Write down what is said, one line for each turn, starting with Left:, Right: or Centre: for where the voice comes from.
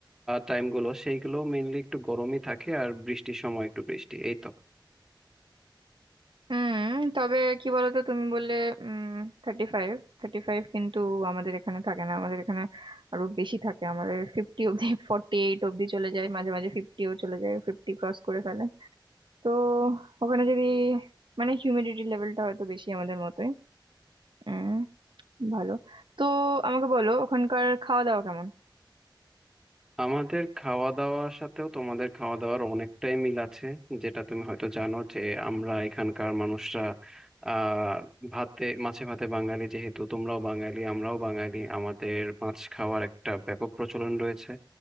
Centre: টাইমগুলো সেইগুলো মেইনলি একটু গরমই থাকে আর বৃষ্টির সময় একটু বৃষ্টি এই তো
Right: হুম তবে কি বলতো তুমি বললে um thirty five thirty five কিন্তু আমাদের এখানে থাকে না আমাদের এখানে আরো বেশি থাকে আমাদের ফিফটি অব্দি ফর্টি এইট অব্দি চলে যায় মাঝে মাঝে ফিফটিও চলে যায় ফিফটি ক্রস করে ফেলে তো ওখানে যদি মানে হিউমিডিটি লেভেলটা হয়তো বেশি আমাদের মতোই উম ভালো তো আমাকে বলো ওখানকার খাওয়া দাওয়া কেমন
Centre: আমাদের খাওয়া দাওয়ার সাথেও তোমাদের খাওয়া দাওয়ার অনেকটাই মিল আছে যেটা তুমি হয়তো জানো যে আমরা এখানকার মানুষরা আহ ভাতে মাছে ভাতে বাঙালি যেহেতু তোমরাও বাঙালি আমরাও বাঙালি আমাদের মাছ খাওয়ার একটা ব্যাপক প্রচলন রয়েছে